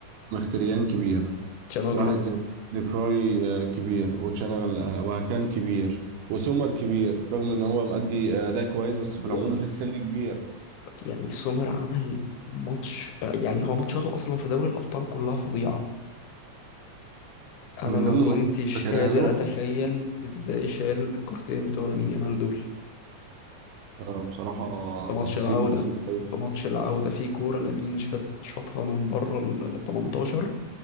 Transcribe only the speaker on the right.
مختريان كبير
واحد زي ديفراي آه، كبير وشنغل آه، وهكان كبير وسومر كبير رغم ان هو مأدي آه، اداء كويس بس في
العموم في
السن كبير
من
ضمن
الماتشات اللي فاكرها
له
آه، بصراحة
تفاصيل
بسيطة أوي